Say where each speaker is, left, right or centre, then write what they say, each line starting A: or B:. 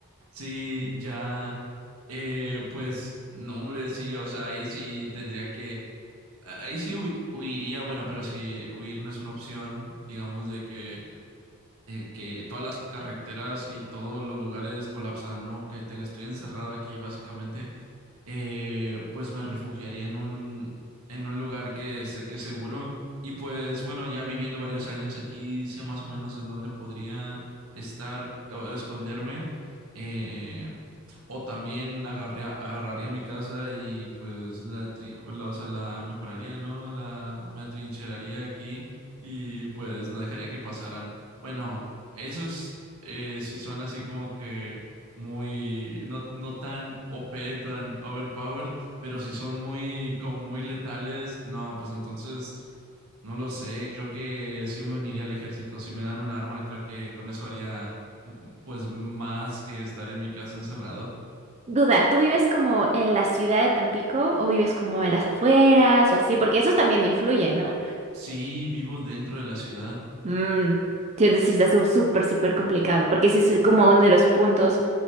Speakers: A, on the right; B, on the right.
A: Sí, ya, eh, pues, no, hombre, sí, o sea, ahí sí tendría que, ahí sí hu- huiría, bueno, pero si huir no es una opción, digamos, de que, eh, que todas las carreteras y todos los lugares colapsan, ¿no? Que te- estoy encerrado aquí, básicamente, eh, pues me refugiaría en un, en un lugar que sé que es seguro. Y pues bueno, ya viviendo varios años aquí, sé más o menos en dónde podría estar o, o esconderme. Eh, o también agarré- agarraría mi casa y pues la, tri- la- o sea, la mejoraría, ¿no? La, me atrincheraría aquí y pues no dejaría que pasaran. Bueno, esos eh, si son así como que muy, no, no tan OP, tan overpowered, pero si son muy, como muy letales, no, pues entonces, no lo sé, creo que sí me uniría al ejército, si me dan un arma, creo que con eso haría, mm, pues, más que estar en mi casa encerrado.
B: Duda, ¿tú vives como en la ciudad de Tampico o vives como a las afueras o así? Porque eso también influye, ¿no?
A: Sí, vivo dentro de la ciudad.
B: Mm, sí, entonces sí está sú- súper, súper complicado, porque sí es como uno de los puntos.